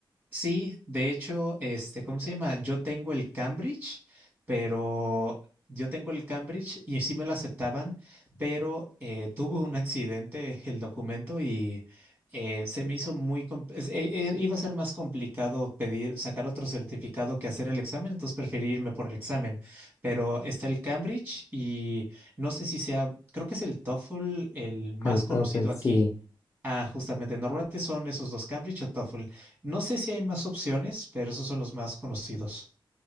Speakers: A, on the right; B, on the left.
A: Sí, de hecho, este, ¿cómo se llama? Yo tengo el Cambridge, pero yo tengo el Cambridge y sí me lo aceptaban, pero eh, tuve un accidente el documento y eh, se me hizo muy, com- es- e- e- iba a ser más complicado pedir, sacar otro certificado que hacer el examen, entonces preferí irme por el examen, pero está el Cambridge y no sé si sea, creo que es el TOEFL el más
B: El
A: conocido
B: TOEFL,
A: aquí.
B: sí.
A: Ah, justamente, normalmente son esos dos, Cambridge o TOEFL. No sé si hay más opciones, pero esos son los más conocidos.